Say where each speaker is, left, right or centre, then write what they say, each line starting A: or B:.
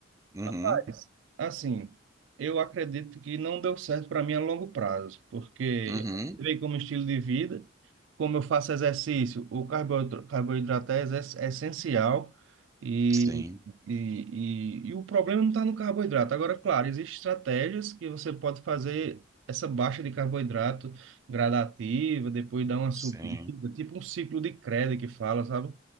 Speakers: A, on the right (about 15°); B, on the right (about 75°).
A: uhum,
B: Rapaz, assim, eu acredito que não deu certo para mim a longo prazo, porque
A: uhum.
B: eu entrei como estilo de vida, como eu faço exercício, o carboidra- carboidrato é exes- é essencial e,
A: Sim,
B: e, e, e o problema não está no carboidrato. Agora, claro, existem estratégias que você pode fazer essa baixa de carboidrato gradativa, depois dar uma subida,
A: sim,
B: tipo um ciclo de Krebs que fala, sabe?